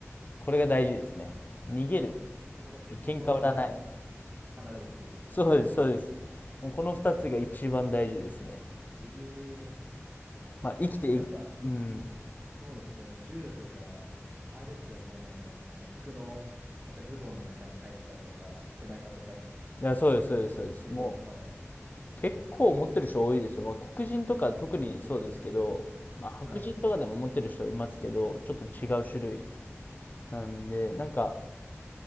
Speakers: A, on the left; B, on the right.
A: これが大事ですね。逃げる。
B: その、
A: 喧嘩売らない。
B: その場から離れるっていうことですね。
A: そうです、そうです。もうこの二つが一番大事ですね。
B: ええ
A: まあ、生きてい、
B: やっぱ、
A: うん。
B: そうですよね。銃とか、あれですよね。なんかあの、服の、なんかズボンの中に入ってたりとか、背中とかに入
A: いや、そうです、そうです、そうです。
B: れてる方も。
A: もう、結構持ってる人多いですよ。まあ、黒人とか特にそうですけど、まあ、白人とかでも持ってる人いますけど、
B: はい。
A: ちょっと違う種類なんで、なんか、